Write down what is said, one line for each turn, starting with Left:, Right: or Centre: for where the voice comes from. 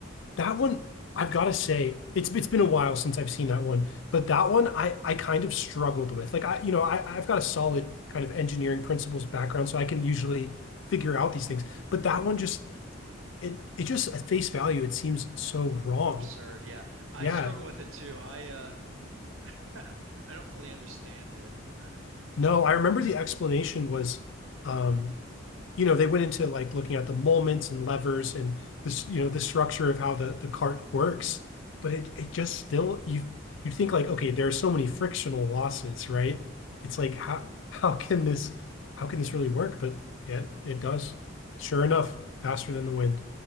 Left: That one, I've got to say, it's it's been a while since I've seen that one, but that one I I kind of struggled with. Like, I you know I I've got a solid kind of engineering principles background, so I can usually figure out these things. But that one just it it just at face value, it seems so wrong.
Right: absurd. Yeah, I
Left: Yeah,
Right: struggle with it too. I uh <laughs> I don't fully understand it. Uh,
Left: No, I remember the explanation was, um, you know, they went into like looking at the moments and levers and this, you know, the structure of how the the cart works, but it it just still you you think like, okay, there are so many frictional losses, right? It's
Right: mhm.
Left: like how how can this how can this really work? But yeah, it does. Sure enough, faster than the wind.